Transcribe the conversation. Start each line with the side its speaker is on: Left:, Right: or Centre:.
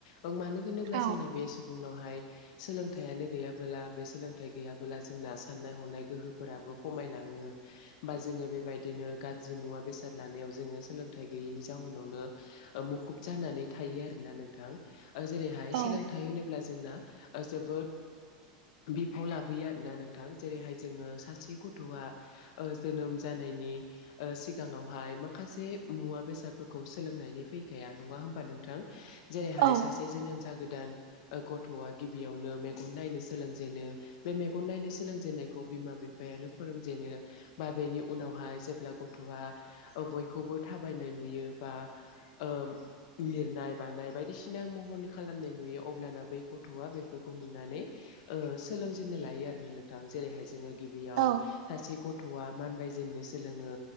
Left: औ मानो होनोब्ला
Right: औ
Left: जोंना बे सुबुंनावहाय सोलोंथाइयानो गैयाबोला बे सोलोंथाइ गैयाबोला जोंना साननाय हनाय गोहोफोराबो खमायलाङो बोमा जोङो बेबायदिनो गा जि मुवा बेसाद लानायाव जोङो सोलोंथाइ गैयैनि जाहोनावनो मुखुब जानानै थायो आरो ना नोंथां ओ जेरैहाय
Right: औ
Left: सोलोंथाइ होनोब्ला जोंना जोबोद बिफाव लाबोयो आरोना नोंथां जेरैहाय जोङो सासे गथ'आ जोनोम जानायनि ओ सिगाङावहाय माखासे मुवा बेसादफोरखौ सोलोंनायनि फैखाया नङा होमबा नोंथां जेरैहाय
Right: औ
Left: सासे जोनोम ज गोदान ओ गथ'आ गिबियावनो मेगन नायनो सोलोंजेनो बे मेगन नायनो सोलोंजेनन्नायखौ बिमा बिफायानो फोरोंजेनो बा बेनि उनावहाय जेब्ला गथ'आ बयखौबो थाबायनाय नुयो बा ओ लिरनाय बानाय बायदिसिना सिना महन खालामनाय नुयो अब्लाना बै गथ'आ बेफोरखौ नुनानै सोलोंजेननो लायो आरो नोंथां जेरैहाय जोङो गिबियाव
Right: औ
Left: सासे गथ'आ मानबायजेननो सोलोङो